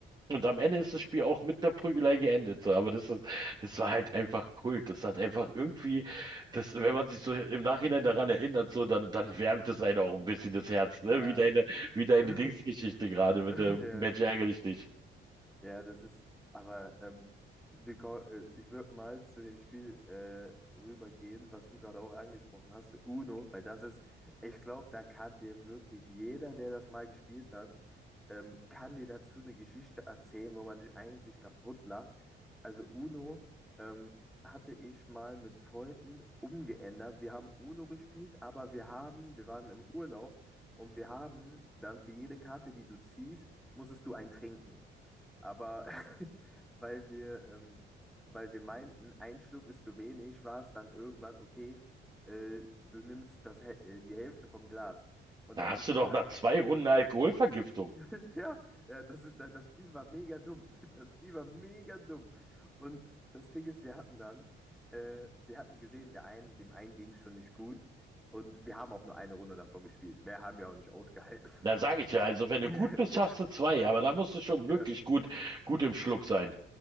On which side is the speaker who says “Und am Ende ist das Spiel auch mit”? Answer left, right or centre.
Right